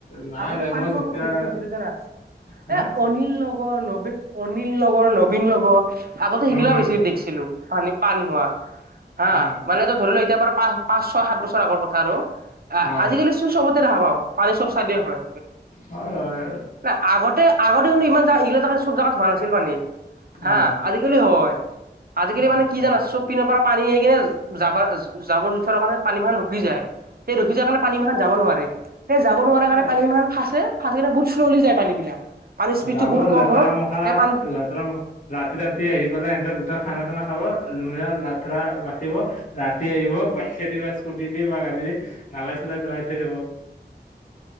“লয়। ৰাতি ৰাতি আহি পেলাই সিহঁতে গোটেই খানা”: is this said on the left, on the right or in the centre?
Left